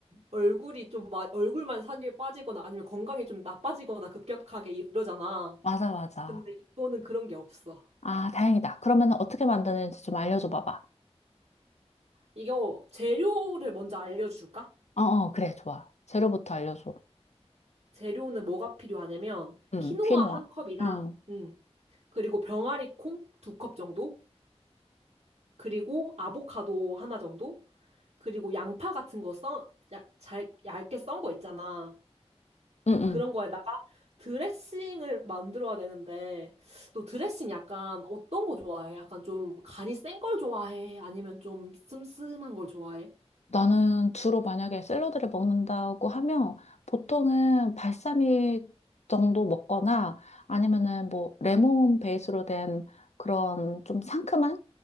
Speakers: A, on the right (about 80°); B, on the left (about 85°).
A: 얼굴이 좀 마, 얼굴만 살이 빠지거나 아니면 건강이 좀 나빠지거나 급격하게 이러잖아.
B: 맞아, 맞아.
A: 근데 이거는 그런 게 없어.
B: 아, 다행이다. 그러면 은 어떻게 만드는지 좀 알려줘 봐봐.
A: 이거 재료를 먼저 알려줄까?
B: 어, 어, 그래, 좋아. 재료부터 알려줘.
A: 재료는 뭐가 필요하냐면
B: 응,
A: 키노아
B: 퀴노아.
A: 한 컵이랑
B: 어,
A: 음, 그리고 병아리 콩 두 컵 정도 그리고 아보카도 하나 정도 그리고 양파 같은 거 써, 야, 잘, 얇게 썬 거 있잖아.
B: 응, 응.
A: 그런 거에다가 드레싱을 만들어야 되는데, 너 드레싱 약간 어떤 거 좋아해? 약간 좀 간이 센 걸 좋아해? 아니면 좀 슴슴한 걸 좋아해?
B: 나는 주로 만약에 샐러드를 먹는다고 하면 보통은 발사믹 정도 먹거나 아니면은 뭐 레몬 베이스로 된 그런 좀 상큼한